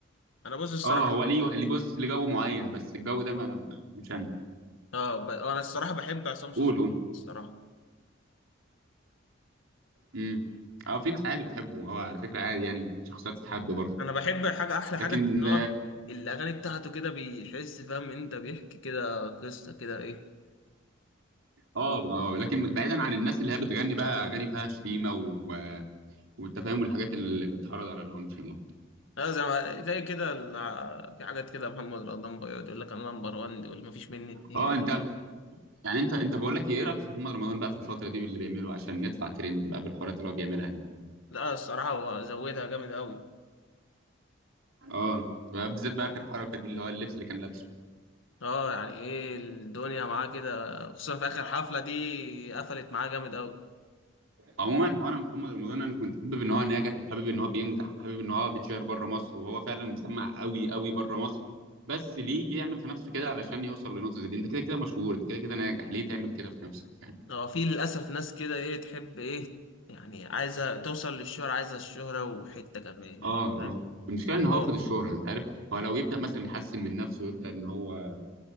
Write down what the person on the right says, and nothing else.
اه هو ليه اللي بص ليه جو معين بس الجو ده ما مش انا
قول قول
امم اه في ناس عادي بتحبه هو على فكره عادي يعني شخصيات تتحب برضه
لكن
اه اه لكن بعيدا عن الناس اللي هي بتغني بقى اغاني فيها شتيمه و... والتفاهم والحاجات اللي بتحرض على العنف دي
اه انت يعني انت انت بقول لك ايه رايك في محمد رمضان بقى في الفتره دي باللي بيعمله عشان ندفع ترند بقى بالحوارات اللي هو بيعملها دي
اه بقى بالذات بقى اخر حركه دي اللي هو اللبس اللي كان لابسه
عموما هو انا محمد رمضان انا كنت حابب ان هو ناجح وحابب ان هو بينجح وحابب ان هو بيتشهر بره مصر وهو فعلا مسمع قوي قوي بره مصر بس ليه يعمل في نفسه كده علشان يوصل لنقطه زي دي انت كده كده مشهور انت كده كده ناجح ليه تعمل كده في نفسك يعني
اه اه
المشكله
ان هو
واخد الشهره انت عارف هو لو يبدا مثلا يحسن من نفسه ويبدا ان هو